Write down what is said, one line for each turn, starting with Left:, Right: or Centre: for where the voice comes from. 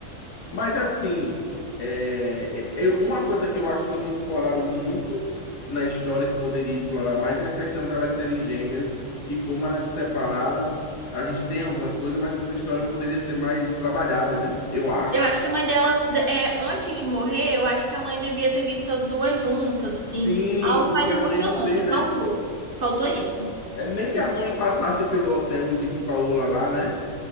Left: Mas assim, é, eu, uma coisa que eu acho que não exploraram muito na história que poderia explorar mais é a questão delas serem gêmeas e como elas se separaram. A gente tem algumas coisas, mas essa história poderia ser mais trabalhada, né? Eu acho.
Right: Eu acho que a mãe delas, é, antes de morrer, eu acho que a mãe devia ter visto as duas juntas, assim,
Left: Sim,
Right: algo
Left: porque
Right: mais
Left: a
Right: emocionante.
Left: mãe não vê, né?
Right: Faltou. Faltou isso.
Left: É nem que a mãe passasse pelo hotel e visse Paola lá, né?